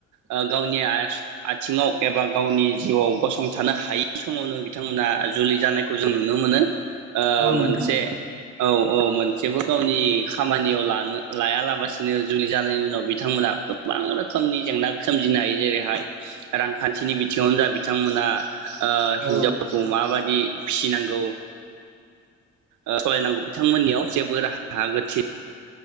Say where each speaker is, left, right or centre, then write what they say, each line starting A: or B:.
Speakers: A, on the right; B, on the right.
A: ओ गावनि आयेस आथिङाव एबा गावनि जिउआव गसंथानो हायै समावनो बिथांमोना जुलि जानायखौ जों नुनो मोनो। ओ
B: औ नोंथां
A: मोनसे औ औ मोनसेबो गावनि खामानियाव लानो लायालाबसिनो जुलि जानायनि उनाव बिथांमोना गोबां रोखोमनि जेंना सोमजिनो हायो जेरैहाय रांखान्थिनि बिथिङावनो जा बिथांमोना ओ हिनजावखौ
B: औ
A: माबाद बि फिसिनांगौ ओ सलायनांगौ बिथांमोननियाव जेबो राहा गोथे